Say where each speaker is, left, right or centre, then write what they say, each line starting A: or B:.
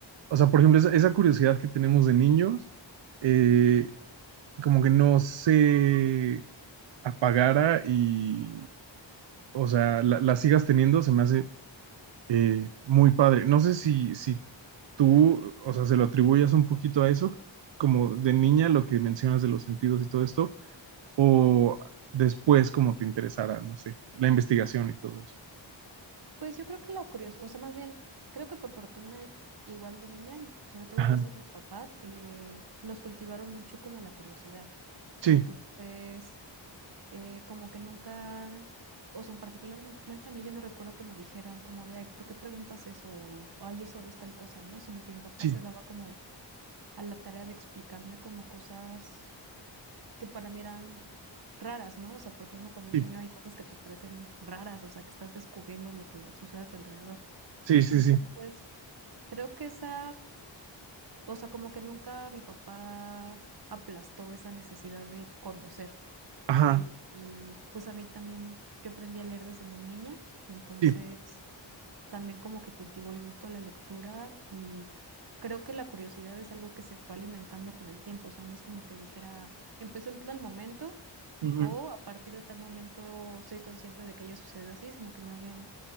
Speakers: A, on the right (about 65°); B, on the right (about 50°).
A: O sea, por ejemplo, esa, esa curiosidad que tenemos de niños, eh, como que no se apagara y, o sea, la, la sigas teniendo, se me hace eh, muy padre. No sé si, si tú, o sea, se lo atribuyas un poquito a eso, como de niña, lo que mencionas de los sentidos y todo esto, o después como te interesara, no sé, la investigación y todo eso.
B: Pues yo creo que la curiosidad, o sea, más bien, creo que por fortuna, igual de niña, sobre todo
A: Ajá.
B: gracias a mi papá, eh, nos cultivaron mucho como la curiosidad.
A: Sí,
B: Entonces, eh, como que nunca, o sea, en particularmente a mí yo no recuerdo que me dijeran como de, ay, ¿por qué preguntas eso? O, ay, es obvio es tal cosa, ¿no? Sino que mi papá
A: sí,
B: se daba como a la tarea de explicarme como cosas que para mí eran raras, ¿no? O sea, porque uno cuando
A: sí,
B: es niño hay cosas que te parecen raras, o sea, que estás descubriendo lo que sucede a tu alrededor.
A: sí, sí,
B: Entonces,
A: sí.
B: creo que esa, o sea, como que nunca mi papá aplastó esa necesidad de conocer.
A: Ajá,
B: Y, y, pues a mí también, yo aprendí a leer desde muy niña, entonces
A: sí.
B: también como que cultivo el gusto de la lectura y creo que la curiosidad es algo que se fue alimentando con el tiempo, o sea, no es como que dijera, empecé en tal momento
A: ujú,
B: o a partir de tal momento soy consciente de que haya sucedido así, sino que más bien